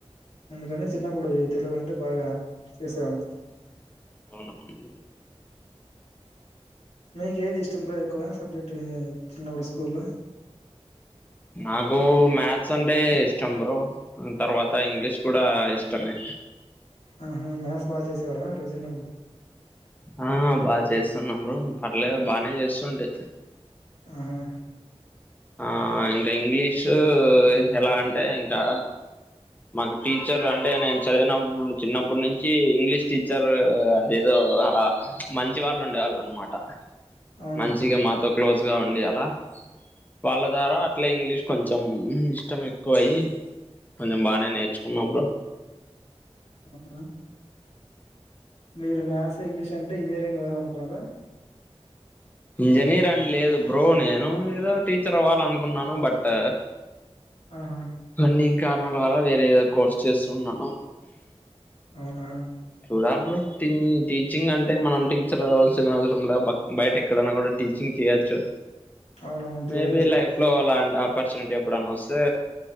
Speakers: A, on the left (about 85°); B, on the left (about 15°).
A: ఎందుకంటే చిన్నప్పుడు ఈ తెలుగు అంటే బాగా ఎసవను
B: అవున
A: మీకు ఏది ఇష్టం బ్రో ఎక్కువ సబ్జెక్ట్ చిన్నప్పుడు స్కూల్లో
B: నాకు మ్యాథ్స్ అంటే ఇష్టం బ్రో తర్వాత ఇంగ్లీష్ కూడా ఇష్టమే
A: ఆహ మ్యాథస్ బాగా చేసేవారా రో చిన్నప్పుడు
B: ఆ బాగా చేస్తున్నార పర్లేదు బాగానే చేస్తుంటి
A: ఆహా
B: ఆ ఇంకా ఇంగ్లీషు ఎలా అంటే ఇంకా మాకు టీచర్ అంటే నేను చదివినప్పుడు చిన్నప్పటి నుంచి ఇంగ్లీష్ టీచర్ అదేదో అలా మంచి వాళ్ళు ఉండేవాళ్ళు అనమాట ట
A: అవునవును
B: మంచిగా మాతో క్లోజ్ గా ఉండి అలా వాళ్ళదారా ఇట్లా ఇంగ్లీష్ కొంచెం ఇష్టం ఎక్కువ అయి కొంచెం బాగానే నేర్చుకున్నప్పుడు
A: అవు మీరు మ్యాథ్స్ ఇంగ్లీష్ అంటే ఇంజనీరింగ్ అవుదాం అనుకో <unintelligible>
B: ఇంజనీర్ అని లేదు బ్రో
A: ఆ,
B: నేను ఏదో టీచర్ అవ్వాల అనుకున్నాను బట్
A: ఆహా
B: అన్ని ఇంకా <unintelligible> వేరే ఏదో కోర్స్ చేస్తున్నాను
A: అవునా
B: చూడాలి బ్రోటీ టీచింగ్ అంటే మనం టీచర్ అవ్ల్సిన అవసరం బయట ఎక్కడన్నా కూడా టీచింగ్ చేయచ్చు
A: అవునవును
B: మేబి
A: చేయొచ్చు
B: లైఫ్ లో అలా అంట ఆ ఒప్పోర్ట్యూనిటీ ఎప్పుడనవస్తే